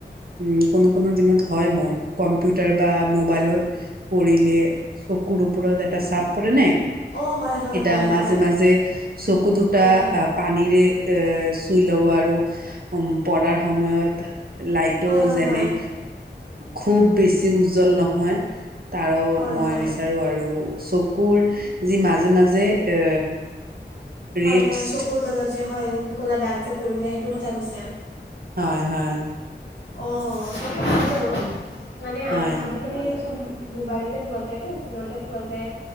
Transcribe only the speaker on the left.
অঁ হয় হয়
হয় হয়
হয় হয়
হয় হয়
হয়
হয়
হয়
হয়
হয় চকুৰ তলত যে হয় ক'লা দাগ যে পৰি যায় সেইটোৰ কথা কৈছে।
অ সেইটো হয় বাৰু মানে আজি।
আজিকালি চব মোবাইলতে পোৱা যায়তো ফোনতে পোৱা যায়।